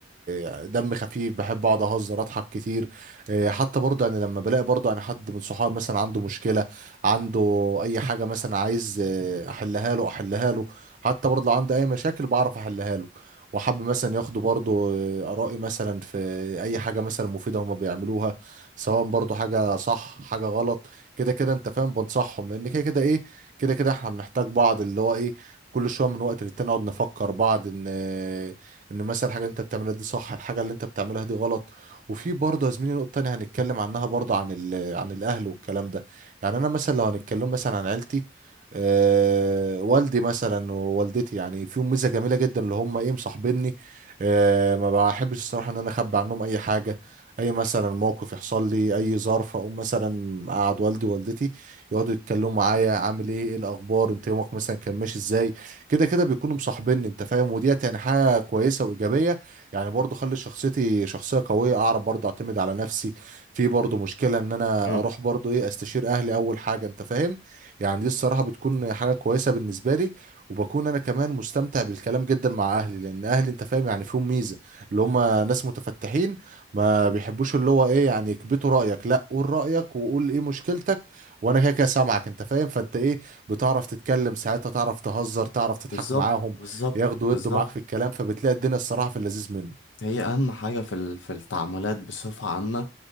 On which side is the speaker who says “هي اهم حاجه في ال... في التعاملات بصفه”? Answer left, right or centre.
Left